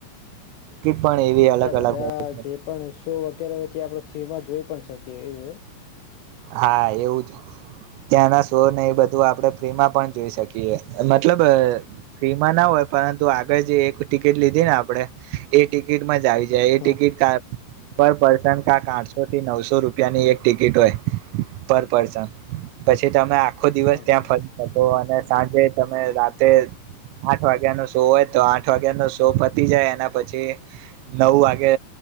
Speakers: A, on the right (about 85°); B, on the left (about 75°).
A: પણ એવી અલગ
B: ત્યાં
A: અલગ
B: બધા
A: હોય છે
B: જે પણ શો વગેરે હોય ત્યા આપણે ફ્રીમાં જોઈ પણ શકીએ એવું એમ.
A: હા એવું જ, ત્યાંના શો ને એ બધું આપણે ફ્રીમાં પણ જોઈ શકીએ મતલબ ફ્રીમાં ના હોય પરંતુ આગળ જે એક ટિકિટ લીધી ને આપણે, એ ટિકિટમાં જ આવી જે એ ટિકિટ
B: હા
A: પર પર્સન કાક આઠસોથી નવસો રૂપિયાની એક ટિકિટ હોય. પર પર્સન પછી તમે આખો દિવસ
B: હા
A: ત્યાં
B: હા
A: ફરી શકો અને સાંજે તમે રાતે આઠ વાગ્યાનો શો હોય તો આઠ વાગ્યાનો શો પતી જાય એના પછી નવ વાગે